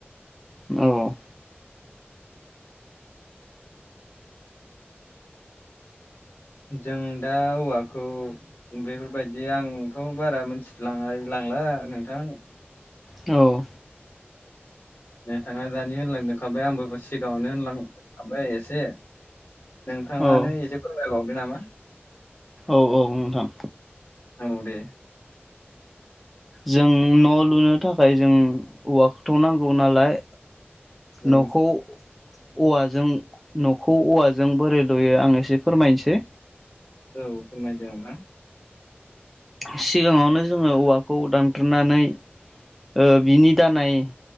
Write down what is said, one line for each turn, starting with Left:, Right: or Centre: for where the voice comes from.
Centre: औ
Left: जों दा औवाखौ बेफोरबायदि आंथ' बारा मिथिलाङा नांला नोंथां
Centre: औ
Left: नोंथाङा दानि होनलांखाबाय आंबो सिगाङावनो होनलांखाबाय एसे नोंथांङानो
Centre: औ
Left: एसे फोरमायबावदो नामा?
Centre: औ औ नोंथां
Left: औ दे
Centre: जों न' लुनो थाखाय जों औवाखौ थ' नांगौ नालाय
Left: औ
Centre: न'खौ औवाजों न'खौ औवाजों बोरै लुयो आं एसे फोरमायनोसै
Left: औ फोरमायदो आरो ना
Centre: सिगांङावनो जोंङो औवाखौ दानथ्रुनानै ओ बिनि दानाय